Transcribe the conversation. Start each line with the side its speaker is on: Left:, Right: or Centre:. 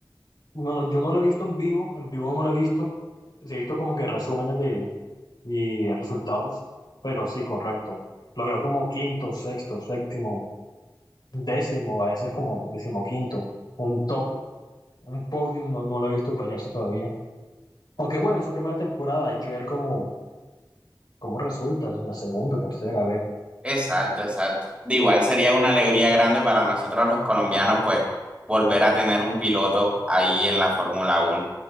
Left: No, no, yo no lo he visto en vivo, en vivo no lo he visto. Sí He visto como que resúmenes de, y resultados, pero sí, correcto. Lo veo como quinto, sexto, séptimo, décimo, a veces como decimoquinto, un top, un podium, no, no lo he visto pelearse todavía. Aunque bueno, es su primera temporada, hay que ver cómo, cómo resulta, en la segunda, tercera, a ver.
Right: Exacto, exacto. De igual sería una alegría grande para nosotros los colombianos, pues, volver a tener un piloto ahí en la Fórmula Uno.